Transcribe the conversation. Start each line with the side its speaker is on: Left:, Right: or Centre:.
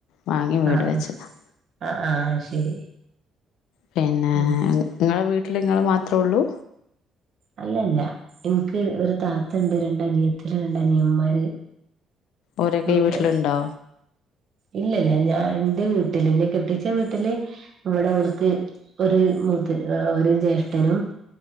Left: വാങ്ങി വീട്
Right: ആഹ്
Left: വെച്ചതാണ്
Right: ആഹ് ആഹ് ആഹ് ശരി
Left: പിന്നെ
Right: ഉം
Left: ഇങ്ങളെ വീട്ടില് ഇങ്ങൾ മാത്രള്ളൂ
Right: അല്ലല്ല. എനിക്ക് ഒരു താത്തുണ്ട് രണ്ട് അനിയത്തില് രണ്ട് അനിയന്മാര്
Left: ഓരോക്കെ ഈ
Right: ഒക്കെ
Left: വീട്ടിൽ ണ്ടോ
Right: ഇല്ലല്ല ഞാൻ എന്റെ വീട്ടില് ഇന്നെ കെട്ടിച്ച വീട്ടില് ഇവിടെ ഓൽക്ക് ഒരു മൂത്ത് ഒരു ജ്യേഷ്ഠനും